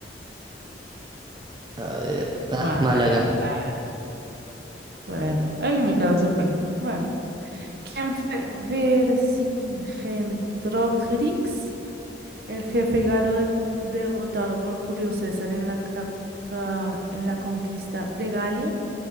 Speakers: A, on the right; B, on the right.
A: A ver, ah,
B: Málaga.
A: Málaga.
B: Ah, bueno, el invitado se fue. Bueno. ¿Quién fue Vercingetorix? El jefe galo de- derrotado por Julio César en la, cap- ca- en la conquista de Galia,